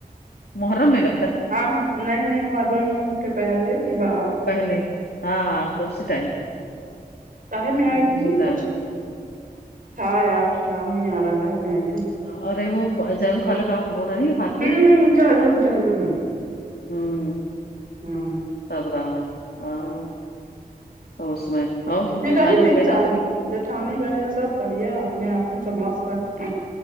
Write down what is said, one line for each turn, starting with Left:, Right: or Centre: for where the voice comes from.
Left: محرم مل
Right: ہاں ہاں نہیں نہیں محرم کے پہلے کی بعات
Left: پہلے ہاں ہاں تو اسی ٹائم
Right: قاہے میں آئی
Left: اسی
Right: تھی
Left: ٹائم
Right: کچھ تھا یار یاار نہیں آ رہا کاے میں آئی تھی
Left: <unintelligible>
Right: ہمم ہمم چہلم چہلم میں
Left: ہمم
Right: ہاں
Left: سب رہا ہاں سب اس میں اور
Right: پھر
Left: جیٹھانی
Right: رہی تین
Left: وغیرہ
Right: چار
Left: آپ کی
Right: دن جٹھانی بیا سب بڑھیا اپنے آپ میں سب مست ہے